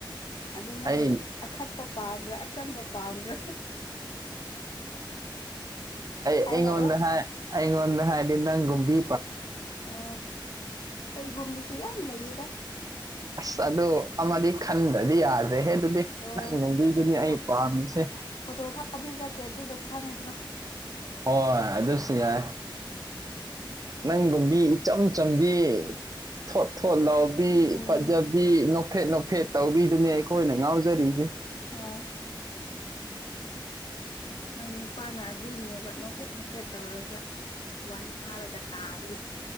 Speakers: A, on the left; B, on the right.
A: ꯑꯗꯨ ꯅꯪ
B: ꯑꯩ
A: ꯑꯈꯠꯄ ꯄꯥꯝꯕ꯭ꯔꯥ ꯑꯆꯝꯕ ꯄꯥꯝꯕ꯭ꯔꯥ
B: ꯑꯩ
A: ꯍꯥꯏꯔꯛꯑꯣ
B: ꯑꯩꯉꯣꯟꯗ ꯍꯥꯏ ꯑꯩꯉꯣꯟꯗ ꯍꯥꯏꯗꯤ ꯅꯪꯒꯨꯝꯕꯤ
A: ꯑ ꯑꯩꯒꯨꯝꯕꯤ ꯁ ꯌꯥꯝ ꯌꯥꯝ ꯂꯩꯗ
B: ꯑꯁ ꯑꯣ ꯑꯃꯗꯤ ꯈꯟꯗꯗꯤ ꯌꯥꯗ꯭ꯔꯦ ꯍꯦ ꯑꯗꯨꯗꯤ
A: ꯍꯣꯏ
B: ꯅꯪ ꯅꯨꯡꯒꯤꯗꯨꯅꯦ
A: ꯐꯣꯇꯣ
B: ꯑꯩ ꯄꯥꯝꯃꯤꯁꯦ
A: ꯐꯣꯇꯣ ꯊꯥꯕꯤꯔꯛꯀꯦ ꯑꯗꯨꯗ ꯈꯟꯈ꯭ꯔꯣ
B: ꯍꯣꯏ ꯑꯗꯨꯗꯁꯨ ꯌꯥꯏ ꯪꯒꯨꯝꯕꯤ ꯏꯆꯝ ꯆꯝꯕꯤ ꯊꯣꯠ ꯊꯣꯠ ꯂꯥꯎꯕꯤ
A: ꯎꯝ
B: ꯐꯖꯕꯤ ꯐꯦꯠ ꯅꯣꯐꯦꯠ ꯇꯧꯕꯤꯗꯨꯅꯦ ꯑꯩꯈꯣꯏꯅ ꯉꯥꯎꯖꯔꯤꯁꯦ
A: ꯍꯣꯏ ꯅꯣꯏ ꯅꯨꯄꯥꯅ ꯑꯗꯨꯅꯦꯕ ꯍꯥꯐꯦꯠ ꯃꯐꯦꯠ ꯇꯧꯔꯒ ꯋꯥꯟ ꯊꯥꯔꯒ ꯇꯥꯔꯣꯏ